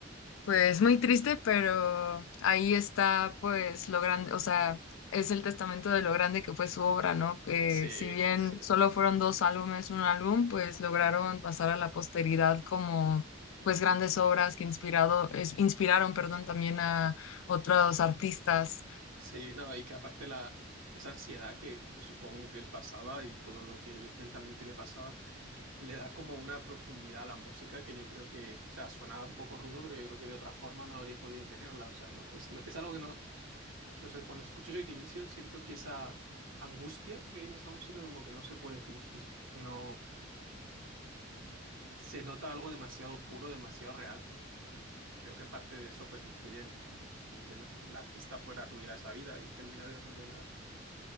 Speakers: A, on the left; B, on the right.
A: Pues muy triste, pero ahí está pues lo grande, o sea, es el testamento de lo grande que fue su obra, ¿no? Que
B: Sí,
A: si bien
B: sí.
A: solo fueron dos álbumes, un álbum, pues lograron pasar a la posteridad como pues grandes obras que inspirado, es- inspiraron, perdón, también a otros artistas
B: Sí, no, y que aparte la, esa ansiedad que, que supongo que él pasaba y todo lo que le- mentalmente le pasaba, le da como una profundidad a la música que yo creo que, o sea, suena un poco rudo, pero yo creo que de otra forma no habría podido tenerla. O sea, no, es, no- es algo que no, no sé, cuando escucho Joy Division siento que esa angustia que hay en esa música como que no se puede fingir. No. se nota algo demasiado puro, demasiado real. Y creo que parte de eso pues influye en, en- en que el, el artista fuera tuviera esa vida y terminara como terminara.